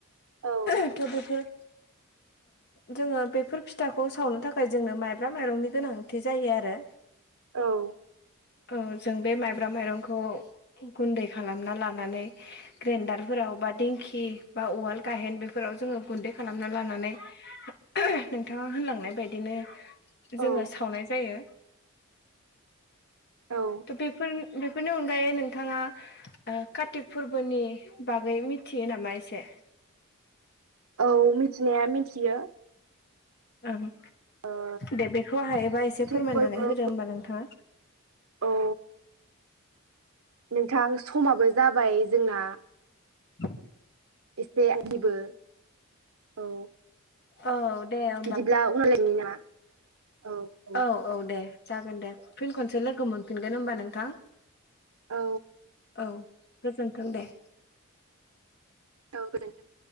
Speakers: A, on the right; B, on the left.
A: औ
B: थ' बेफोर जोंङो बेफोर फिथाखौ सावनो थाखाय जोंनो माइब्रा माइरंनि गोनांथि जायो आरो।
A: औ-
B: औ जों बे माइब्रा माइरंखौ गुन्दै खालामना लानानै ग्रेन्न्दारफोराव बा दिंखि बा उवाल गायाहेन बेफोराव जोंङो गुन्दै खालामना लानानै नोंथांङा होनलांनाय बायदिनो जोंङो
A: औ
B: सावनाय जायो।
A: औ
B: थ बेफोर बेफोरनि अनगायै नोंथांङा। कार्तिक फोरबोनि बागै मिथियो नामा एसे?
A: औ मिथिनाया मिथियो?
B: ओं
A: ओ
B: दे बेखौ हायोबा एसे
A: काति
B: फोरमायनानै
A: फोरबो
B: होदो होमबा नोंथांङा?
A: औ नोंथां समाबो जाबाय जोंना?
B: द
A: एसे आंनिबो औ
B: औ दे औ
A: बिदिब्ला उनावलायनि नामा औ
B: औ औ दे जागोन दे फिन खनसे लोगो मोनफिनगोन होमबा नोंथां?
A: औ
B: औ गोजोन्थों दे।
A: औ गोजोनथों